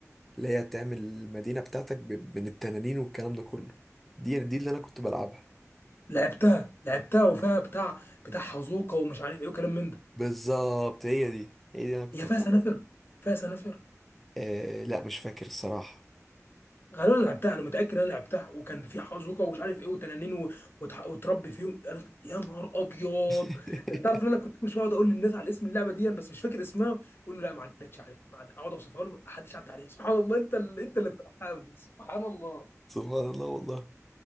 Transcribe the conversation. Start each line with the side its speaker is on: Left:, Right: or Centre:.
Centre: اللي هي تعمل المدينة بتاعتك ب- من التنانين والكلام ده كله دي دي اللي أنا كنت بلعبها
Left: لعبتها لعبتها وفيها بتاع بتاع حزوقه ومش عارف ايه وكلام من ده
Centre: بالظبط هي دي هي دي اللي أنا كنت
Left: هي
Centre: بلعبها
Left: فيها سنافر فيها سنافر
Centre: آه لا مش فاكر الصراحة
Left: غالبا انا لعبتها انا متاكد انا لعبتها وكان في حزوكه ومش عارف ايه وتنانين و- وتح- وتربي فيهم أنا... يا نهار ابيض
Centre: <laughs>
Left: انت تعرف ان انا كنت كل شويه اقعد اقول للناس على اسم اللعبه دي بس مش فاكر اسمها يقول لي لا ما عدتش عليها ما عد- اقعد اوصفها له ما حدش عدى عليها سبحان الله انت اللي انت اللي اخترعتها قبلي سبحان الله
Centre: سبحان الله والله